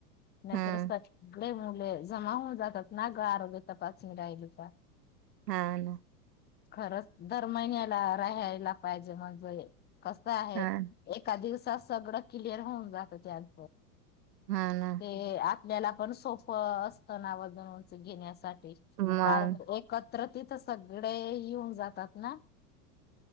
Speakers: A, on the left (about 20°); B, on the right (about 80°).
A: नाहीतर
B: हा
A: सगळे मि ते जमा होऊन जातात ना ग आरोग्य तपासणी राहिल का?
B: हा ना
A: खरंच दर महिन्याला राहायला पाहिजे म्हणजे कस आहे
B: हा
A: एका दिवसास सगळं क्लिअर होऊन जात त्यांच
B: हा ना
A: ते आपल्याला पण सोप असतं नाव जनींच घेण्यासाठी
B: मग
A: कारण एकत्र तिथं सगडे येऊन जातात ना